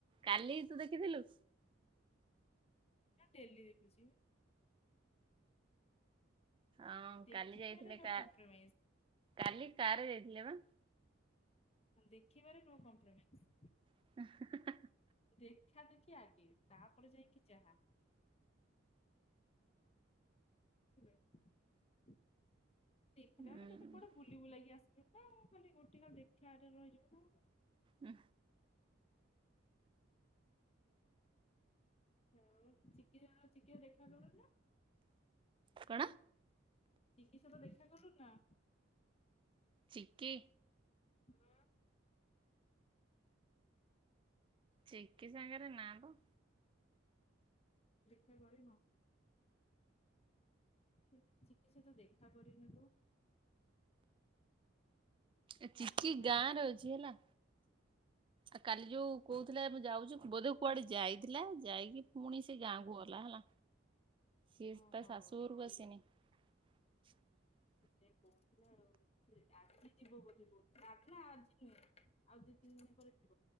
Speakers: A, on the right; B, on the left.
A: କାଲିି ତୁ ଦେଖିଥିଲୁ?
B: ଡେଲି ଦେଖୁଛି।
A: ଆଉଁ
B: ଦେଖିବାରେ
A: କାଲି ଯାଇଥିଲେ
B: ନୋ
A: କା-
B: କମ୍ପ୍ରମାଇଜ।
A: କାଲି କାର୍ ରେ ଯାଇଥିଲେ ବା।
B: ହଁ ଦେଖିବାରେ ନୋ କମ୍ପ୍ରୋମାଇସ୍।
A: ହଁ <unintelligible>
B: ଦେଖା ଦେଖି ଆଗେ ତାପରେ ଯାଇକି ଯାହା। ଦେଖାଯାଉନି
A: ଉଁ
B: ତୋତେ କୁଆଡେ ବୁଲିବୁଲାକି ଆସିଲୁ ନା ଖାଲି ଗୁଟିନ ଦେଖା ରେ ରହିଯିବୁ ନା
A: ଉହୁଁ,
B: ଆଉ ଚିକି ଜଣ ଚିକିକୁ ଦେଖାକଲ ନା?
A: କଣ?
B: ଚିକି ସହିତ ଦେଖା କଲୁ ନା?
A: ଚିକି?
B: ହଁ।
A: ଚିକି ସାଙ୍ଗରେ ନା ତ।
B: ଦେଖା କରିନ? କେମିତି ଚିକି ସହିତ ଦେଖା କରିନୁ ତୁ? ତତେ
A: ଏ ଚିକି
B: ଆଗେ କରିବା
A: ଗାଁରେ
B: କଥା
A: ଅଛି ହେଲା। ଆଉ କାଲି ଯୋଉ କହୁଥିଲା ମୁଁ ଯାଉଚୁ, ବୋଧେ କୁଆଡେ ଯାଇ ଥିଲା ଯାଇକି ପୁଣି ସେ ଗାଁକୁ ଗଲା ହେଲା, ସିଏ
B: ଓହୋ
A: ତା ଶାଶୁଘରକୁ
B: ସେଇ
A: ଆସିନି। <inaudible>
B: ସେଥିପାଇଁ କହୁଥିଲା ଆଉ। ସେ ଆଜି ଯିବ ବୋଧେ କହୁଥିଲା, ନା ନା ଆଜି ନୁହେଁ ଆଉ ଦି ତିନି ଦିନ ପରେ ଯି